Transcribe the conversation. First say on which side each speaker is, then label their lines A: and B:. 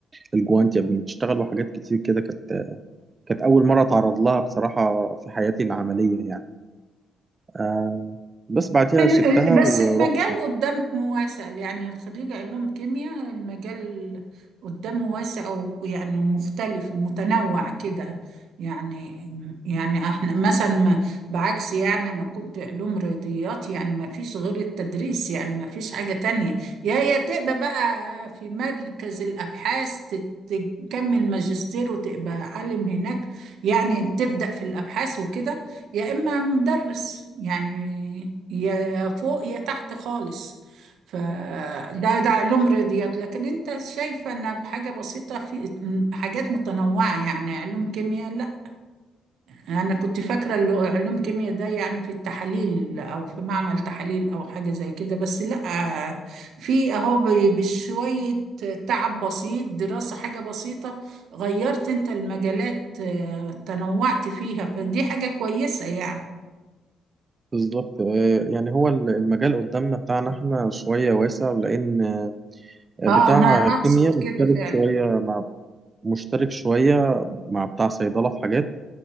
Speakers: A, on the right; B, on the right.
A: الجوانتي قبل ما تشتغل وحاجات كتير كده كانت كانت أول مرة أتعرض لها بصراحة في حياتي العملية يعني آه، بس بعديها
B: ال-
A: سبتها
B: ال-
A: ورحت
B: بس المجال قدام واسع يعني خريج علوم كيمياء المجال قدامه واسع ويعني مختلف ومتنوع كده يعني يعني احنا مثلا ما- بعكس يعني انا كنت علوم رياضيات يعني ما فيش غير التدريس يعني ما فيش حاجة تانية يا يا تبقى بقى في مركز الابحاث تت- تكمل ماجستير وتبقى عالم هناك يعني تبدأ في الابحاث وكده يا إما مدرس يعني يا فوق يا تحت خالص فده ده علوم رياضيات لكن انت شايفة ان بحاجة بسيطة في حاجات متنوعة يعني علوم كيمياء لا انا كنت فاكرة اللي هو علوم كيمياء ده يعني في التحاليل او في معمل تحاليل او حاجة زي كده بس لا في اهو ب- بشوية تعب بسيط دراسة حاجة بسيطة غيرت انت المجالات اه، تنوعت فيها فدي حاجة كويسة يعني
A: بالظبط آه، يعني هو المجال قدامنا بتاعنا احنا شوية واسع لأن آه،
B: اه
A: بتاع
B: انا أنا
A: كيمياء
B: اقصد
A: مختلف
B: كده فعلا
A: شوية مشترك شوية مع بتاع صيدلة في حاجات